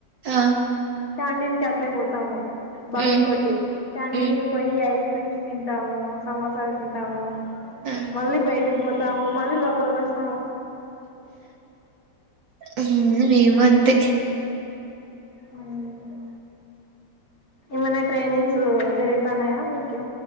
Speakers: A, on the right; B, on the left.
A: ఆ
B: క్యాంటీన్ కి అట్లే పోతాము. బంక్
A: మ్మ్
B: కొట్టి క్యాంటీన్
A: మ్మ్
B: కి పొయి ఐస్ క్రీమ్స్ తింటాము, సమోసాలు తింటాము.
A: ఆ
B: మళ్ళీ బయటికి పో తా మళ్ళీ ఎప్పుడు దస్త్
A: హ్మ్ మేము కూడా ఇమంతే
B: అవును ఏమైనా ట్రైనింగ్స్ జరుగుతన్నాయా మీకు